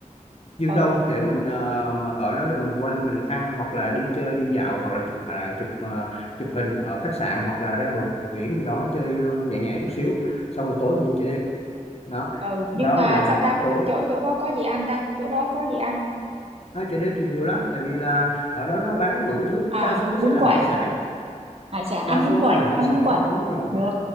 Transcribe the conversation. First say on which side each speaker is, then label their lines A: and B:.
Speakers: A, on the left; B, on the right.
A: Dương
B: ừ
A: Đông để mình ờ, mà ở đó để mình quanh mình ăn hoặc là đi chơi đi dạo hoặc là chụp à, chụp ờ, chụp hình ở khách sạn hoặc là ra bờ biển gì đó chơi ờ, nhẹ nhẹ chút xíu xong rồi tối mình đi chợ đêm đó
B: ừ nhưng
A: đó
B: mà
A: là
B: sao ta
A: tối
B: chỗ chỗ đó có gì ăn ta chỗ đó có gì ăn
A: à, chợ đêm thì nhiều lắm tại vì là ở đó nó bán đủ thứ đa
B: à
A: số nó
B: bún
A: sẽ là
B: quậy
A: hải sản
B: hải sản
A: đa
B: ăn
A: số
B: bún quậy
A: nó là hải
B: ăn
A: sản
B: bún quậy
A: đúng rồi
B: được